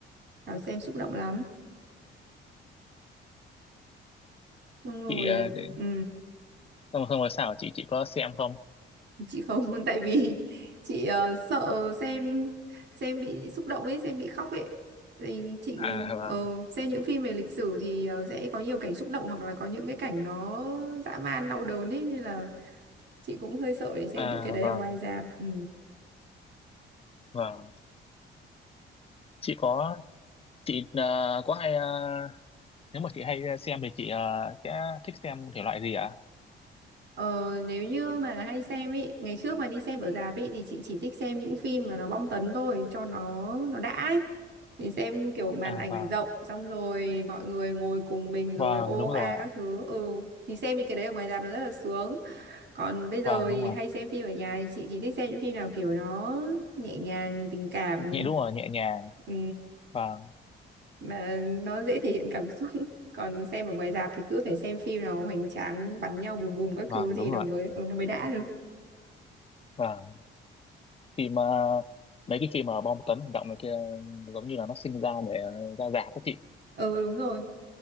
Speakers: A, on the right (about 60°); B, on the left (about 30°).
A: bảo xem xúc động lắm xong rồi
B: chị ờ, để,
A: ừ
B: xong, xong rồi sao chị chị có xem không
A: chị không <laughs> tại vì chị ờ, sợ xem xem bị xúc động ấy xem bị khóc ấy thì chị
B: à vâng
A: ờ, xem những phim về lịch sử thì ờ, sẽ có nhiều cảnh xúc động hoặc là có những cái cảnh nó dã man đau đớn ấy nên là chị cũng hơi sợ để xem
B: à
A: những cái đấy
B: vâng
A: ở ngoài rạp ừ.
B: vâng chị có chị ờ, có hay ờ, nếu mà chị hay ờ, xem thì chị ờ, sẽ thích xem thể loại gì ạ
A: Ờ, nếu như mà hay xem ý, ngày trước mà đi xem ở rạp ý thì chị chỉ thích xem những phim mà nó bom tấn thôi cho nó nó đã ấy. Thì xem kiểu màn
B: à
A: ảnh
B: vâng
A: rộng xong rồi mọi người ngồi cùng mình
B: vâng
A: rồi ô
B: đúng
A: a
B: rồi ạ
A: các thứ. Ừ thì xem những cái đấy ở ngoài rạp nó rất là sướng. Còn bây giờ
B: vâng
A: thì
B: đúng rồi
A: hay xem phim ở nhà thì chị chỉ thích xem những phim nào kiểu nó nhẹ nhàng, tình cảm.
B: nhẹ đúng rồi nhẹ nhàng
A: Ừ
B: vâng
A: mà nó dễ thể hiện cảm xúc <laughs> còn xem ở ngoài rạp thì cứ phải xem phim nào hoành tráng bắn nhau bùm bùm các
B: vâng
A: thứ gì
B: đúng
A: nó
B: rồi
A: mới ừ, nó mới đã được
B: vâng phim ờ, mấy cái phim mà bom tấn hành động này kia ừ, giống như là nó sinh ra để ờ, ra rạp đó chị
A: ừ đúng rồi